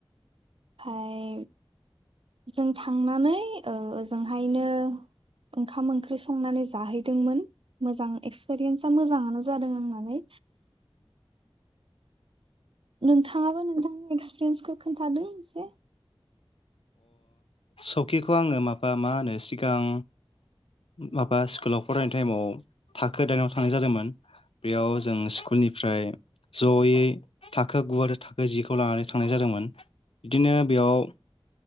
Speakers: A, on the right (about 70°); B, on the left (about 75°).
A: फाय जों थांनानै ओ ओजोंहायनो ओंखाम ओंख्रि संनानै जाहैदोंमोन? मोजां एक्सपिरियेन्सा मोजाङानो जादों आंननानै नोंथाङाबो नोंथांनि एक्सपिरियेन्सखौ खोन्थादों एसे?
B: सकिखौ आङो माबा मा होनो सिगां माबा स्कुलाव फरायनाय टाइमाव थाखो दाइनाव थांनाय जादोंमोन। बेयाव जों स्कुलनिफ्राय जयै थाखो गु आरो थाखो जिखौ लानानै थांनाय जादोंमोन। बिदिनो बेयाव